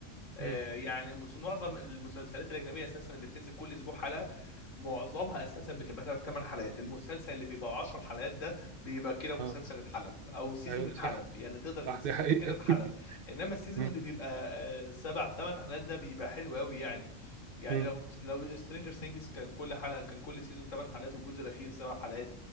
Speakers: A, on the left (about 85°); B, on the right (about 55°).
A: آه،
B: مم.
A: يعني مس- معظم المسلسلات الاجنبيه اساسا اللي بتنزل كل اسبوع حلقه معظمها اساسا بتبقى 8 حلقات المسلسل اللي بيبقى 10 حلقات ده بيبقى كده مسلسل
B: اه
A: اتحلب او سيزون
B: ايوه ده
A: اتحلب
B: صح
A: يعني تقدر ان
B: صح
A: السيزون
B: دي حقيقه
A: ده كده اتحلب
B: <laughs>
A: انما السيزون
B: مم.
A: اللي بيبقى 7 8 حلقات ده بيبقى حلو قوي يعني يعني
B: مم.
A: لو لو سترينجر ثينجز كان كل حلقه كان كل سيزون 8 حلقات والجزء الاخير سبع حلقات